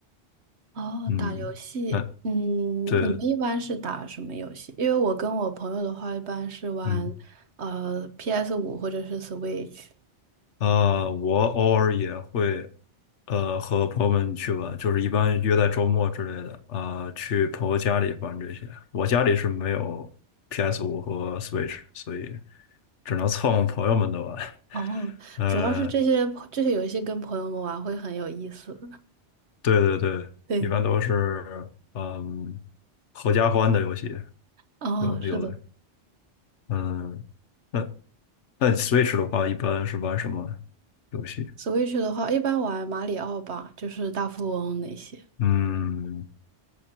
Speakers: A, on the right; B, on the left.
A: 哦，
B: 嗯，
A: 打游戏，
B: 嗯，
A: 嗯，
B: 对，
A: 你们一般是打什么游戏？因为我跟我朋友的话，一般是玩呃
B: 嗯。
A: p s 五或者是 Switch。
B: 呃，我偶尔也会，呃，和朋友们去玩，就是一般约在周末之类的，啊、去朋友家里玩这些。我家里是没有 p s 五和 Switch，所以只能蹭朋友们的玩。
A: 哦，
B: <laughs> 呃，
A: 主要是这些这些游戏跟朋友们玩会很有意思。
B: 对对对，
A: 对，
B: 一般都是嗯，合家欢的游戏，
A: 哦，
B: 有的有的。
A: 是的
B: 嗯，那那 Switch 的话，一般是玩什么游戏？
A: ，Switch 的话，一般玩马里奥吧，就是大富翁那些。
B: 嗯，